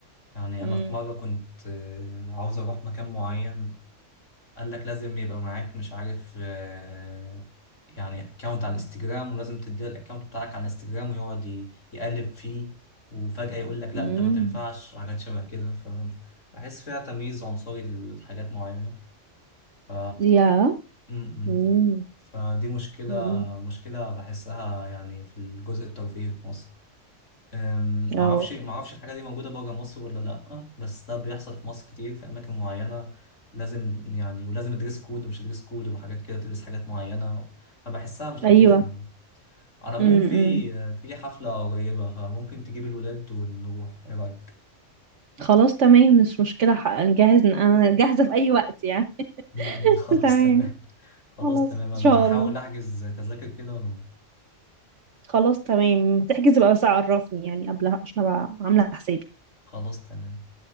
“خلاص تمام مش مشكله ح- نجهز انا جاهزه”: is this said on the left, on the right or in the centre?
Right